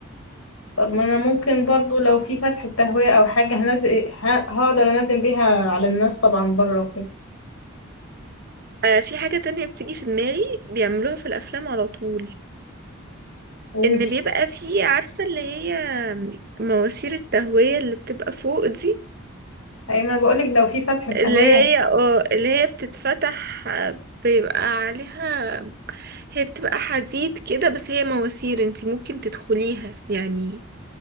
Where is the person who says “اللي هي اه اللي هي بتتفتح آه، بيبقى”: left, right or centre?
Right